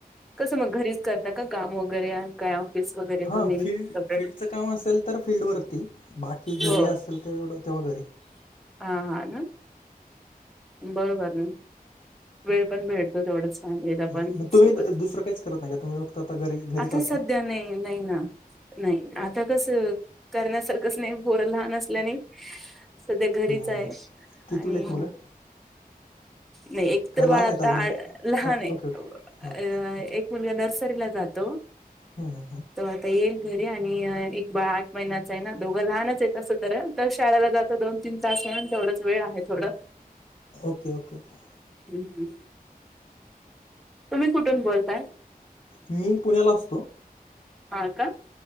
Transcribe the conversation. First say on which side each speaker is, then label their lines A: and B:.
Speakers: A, in the centre; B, on the left.
A: कसं मग घरीच करता का? काम वगैरे काय ऑफिस वगैरे
B: हां,
A: तुम्ही <unintelligible>
B: फील्ड फील्डचं काम असेल तर फील्डवरती बाकी घरी
A: हो
B: असेल तेवढं तेव्हा घरी
A: हा हा ना बरोबर ना. वेळ पण भेटतो तेवढच. चांांगले
B: हं.
A: पण
B: मग
A: सोबत
B: तुम्ही दु दुसरं काहीच करत नाही का? तुम्ही फक्त आता घरी घरीच
A: आता
B: असता?
A: सध्या नाही नाही ना. नाही आता कस करण्यासारखंच नाही पोर लहान असल्याने सध्या घरीच
B: हं,
A: आहे.
B: हं. कितवीला
A: आणि
B: आहेत मुलं?
A: नाही एक मित्र
B: का लहान
A: बाळ आता
B: आहेत अजून? ओके,
A: लहान आहे
B: ओके, ओके.
A: अ
B: Okay, okay.
A: एक मुलगा नर्सरीला जातो.
B: हम हम हम
A: तो आता येईल घरी आणि एक बा आठ महिन्याचा आहे. ना दोघं लहानच आहेत असं तर तर शाळेला जातं दोन तीन तास म्हणून तेवढंच वेळ आहे थोडं
B: ओके ओके ओके
A: ह तुम्ही कुठून बोलताय?
B: मी पुण्याला असतो.
A: हा का?